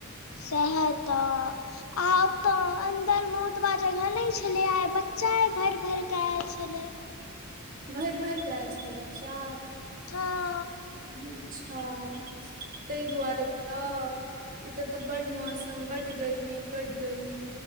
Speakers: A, on the left (about 80°); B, on the right (about 40°).
A: सैहैतऽ अहां ओतऽ अन्दर मे ओतबा जगह नहि छलै, आइ बच्चाए भरि- भरिके ऐल छलै।
B: भरि--भरि क ऐल छलै बच्चा
A: हँ
B: अच्छा तय दुआरे तऽ एतऽ तऽ बड मौसम बड गर्मी- बड गर्मी